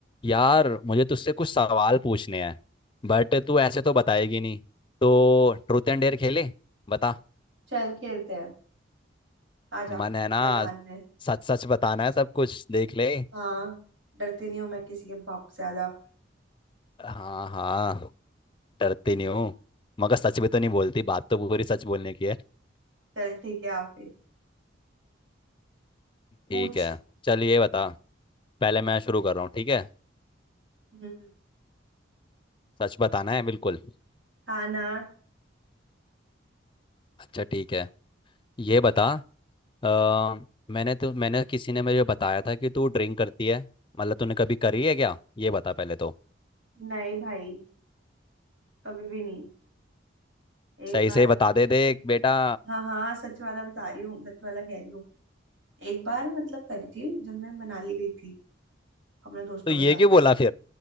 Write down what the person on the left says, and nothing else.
यार मुझे तुझसे कुछ सवाल पूछने हैं बट तू ऐसे तो बताएगी नहीं तो ट्रूथ एंड डेयर खेले बता
मन है ना
सच सच बताना है सब कुछ देख ले
हाँ हाँ डरती नहीं हूँ मगर सच भी तो नहीं बोलती बात तो पूरी सच बोलने की है
ठीक है चल ये बता पहले मैं शुरू कर रहा हूँ ठीक है
सच बताना है बिल्कुल
अच्छा ठीक है ये बता अ, मैंने तो मैंने किसी ने मुझे बताया था कि तू ड्रिंक करती है मतलब तूने कभी करी है क्या ये बता पहले तो
सही
से बता दे देख बेटा
तो ये
क्यों बोला फिर